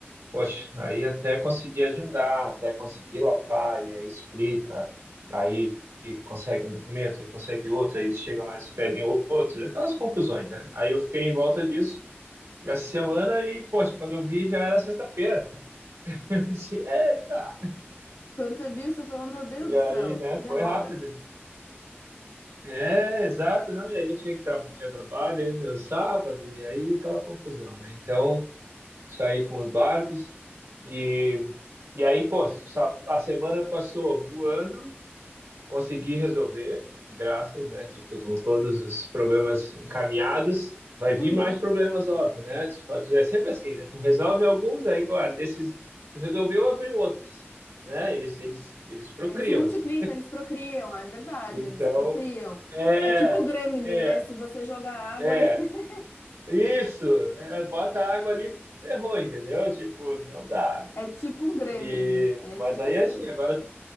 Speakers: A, on the right (about 85°); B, on the left (about 75°).
A: Poxa, aí até conseguir agendar, até conseguir lá, lá, e aí explica, aí consegue um documento, aí consegue outro, aí eles chegam lá, eles pedem outro, aquelas confusões, né? Aí eu fiquei em volta disso essa semana e, poxa, quando eu vi já era sexta-feira. <laughs> Eu disse, Eita!
B: Quando você viu, você falou, meu Deus
A: E
B: do
A: aí,
B: céu,
A: né,
B: e
A: foi
B: agora?
A: rápido. É, exato, não, e aí eu tinha que tra tinha trabalho ainda no sábado, e aí aquela confusão, né? Então. saí com os barcos e, e aí, pô, sa- a semana passou voando, consegui resolver, graças, né? Tipo, estão todos os problemas encaminhados. Vai
B: Uhum.
A: vir mais problemas, óbvio, né? Tu fa- tu É sempre assim, né? Tu resolve alguns, aí, guarda, esses, tu resolveu, abriu outros, né? Eles, eles, eles procriam,
B: Eles se multiplicam,
A: assim.
B: eles procriam, é verdade,
A: Então,
B: eles procriam.
A: é,
B: É tipo gremlin,
A: é,
B: né? Se você jogar água,
A: é.
B: <laughs>
A: Isso, é, bota água ali, ferrou, entendeu? Tipo, não dá, né?
B: é tipo um gremlin,
A: E,
B: é
A: mas
B: tipo
A: aí
B: isso
A: assim,
B: mesmo.
A: agora